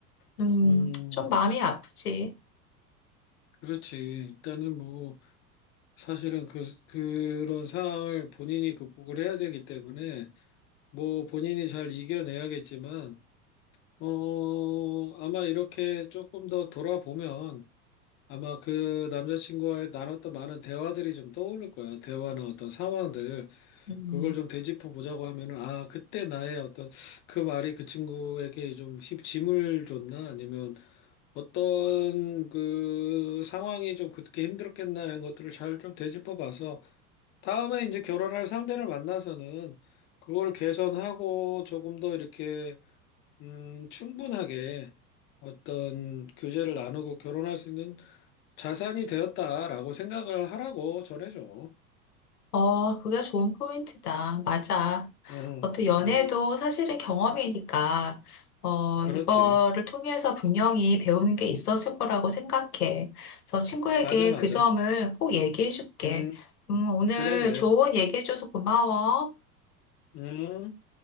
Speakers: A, on the left; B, on the left.
A: 음,
B: 음,
A: 좀 마음이 아프지.
B: 그렇지. 일단은 뭐 사실은 그 그런 상황을 본인이 극복을 해야 되기 때문에 뭐 본인이 잘 이겨내야겠지만 어 아마 이렇게 조금 더 돌아보면 아마 그 남자친구와의 나눴던 많은 대화들이 좀 떠오를 거야. 대화나 어떤 상황들.
A: 음.
B: 그걸 좀 되짚어 보자고 하면은, 아, 그때 나의 어떤, 그 말이 그 친구에게 좀 힘- 짐을 줬나? 아니면 어떤 그 상황이 좀 그렇게 힘들었겠나? 이런 것들을 잘 좀 되짚어 봐서, 다음에 이제 결혼할 상대를 만나서는 그거를 개선하고 조금 더 이렇게, 음, 충분하게 어떤 교제를 나누고 결혼할 수 있는 자산이 되었다라고 생각을 하라고 전해줘.
A: 어, 그게 좋은 포인트다. 맞아.
B: 응,
A: 어떤 연애도
B: 응,
A: 사실은 경험이니까, 어,
B: 그렇지.
A: 이거를 통해서 분명히 배우는 게 있었을 거라고 생각해. 그래서 친구에게
B: 맞아, 맞아.
A: 그 점을 꼭 얘기해 줄게.
B: 음,
A: 음, 오늘
B: 그래, 그래.
A: 좋은 얘기해줘서 고마워.
B: 음.